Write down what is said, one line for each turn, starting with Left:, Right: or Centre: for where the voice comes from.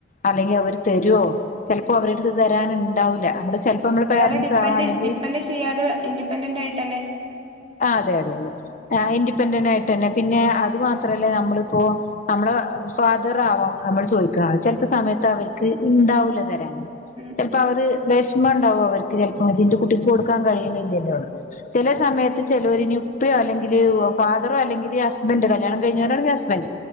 Left: അല്ലെങ്കി അവര് തെരോ
Right: ഉം
Left: ചെലപ്പോ അവര്ടെ അട്ത്ത് തരാന് ഇണ്ടാവൂല നമ്മടെ ചെലപ്പം നമ്മളെ
Right: ഒരാളെ
Left: പേരന്റസാവാം
Right: ഡിപ്പെൻഡ്
Left: അല്ലെങ്കി
Right: ഡിപ്പെൻഡ് ചെയ്യാതെ ഇൻഡിപെന്റൻഡ് ആയിട്ടെന്നെ
Left: ആഹ് അതെ അതെ അതെ ആഹ് ഇൻഡിപെൻഡന്റ് ആയിട്ട് തന്നെ പിന്നെ അത് മാത്രല്ല നമ്മളിപ്പോ നമ്മളെ ഫാദറാവാം നമ്മള് ചോയിക്ക്ണാള് ചെലപ്പോ സമയത്ത് അവർക്ക് ഇണ്ടാവൂല തരാന്
Right: ഉം
Left: ചെൽപ്പോ
Right: ഉം
Left: ആ ഒരു വിഷമം ഉണ്ടാവും അവർക്ക് ചെൽപ്പോ ഇന്റെ കുട്ടിക്ക് കൊടുക്കാൻ കഴിയണില്ലല്ലോന്ന് ചെലെ
Right: ഉം
Left: സമയത്ത്
Right: ഉം
Left: ചെലൊര് ഇനി ഉപ്പയോ അല്ലെങ്കില് ഫാദറോ അല്ലെങ്കിൽ ഹസ്ബന്റ് കല്യാണം കഴിഞ്ഞവരാണെങ്കിൽ ഹസ്ബന്റ്